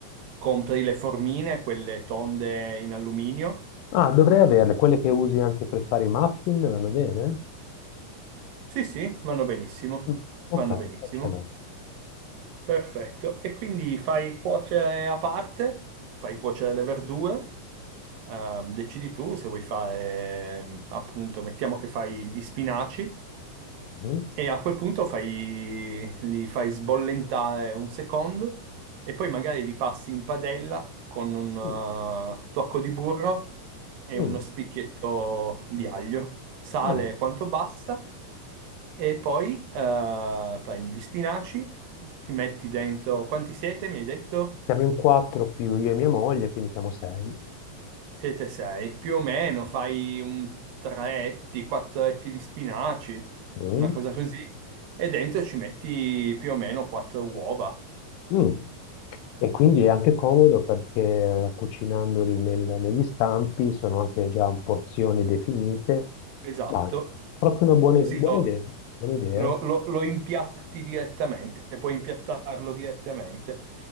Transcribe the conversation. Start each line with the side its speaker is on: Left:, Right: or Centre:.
Right: compri le formine, quelle tonde in alluminio.
Left: Ah, dovrei averle, quelle che usi anche per fare i muffin, vanno bene?
Right: Sì, sì, vanno benissimo,
Left: Mm, Ok,
Right: vanno benissimo.
Left: qua ce l'ho.
Right: Perfetto. E quindi fai cuocere a parte, fai cuocere le verdure, ehm, decidi tu se vuoi fare, ehm, appunto, mettiamo che fai gli spinaci.
Left: Mm,
Right: E a quel punto fai, li fai sbollentare un secondo e poi magari li passi in padella con un
Left: mm,
Right: eh, tocco di burro e
Left: mm.
Right: uno spicchietto di aglio, sale
Left: Ah,
Right: quanto basta e poi eh, prendi gli spinaci, ci metti dentro, quanti siete mi hai detto?
Left: siamo in quattro più io e mia moglie, quindi siamo sei.
Right: Siete sei, più o meno fai un tre etti, quattro etti di spinaci,
Left: Mm,
Right: una cosa così, e dentro ci metti più o meno quattro uova.
Left: mm. E quindi è anche comodo perché eh, cucinandoli nel- negli stampi sono anche già porzioni definite.
Right: Esatto,
Left: Ma proprio una buona,
Right: così
Left: buona
Right: lo,
Left: idea, buona idea.
Right: lo- lo- lo impiatti direttamente, e puoi impiattarlo direttamente.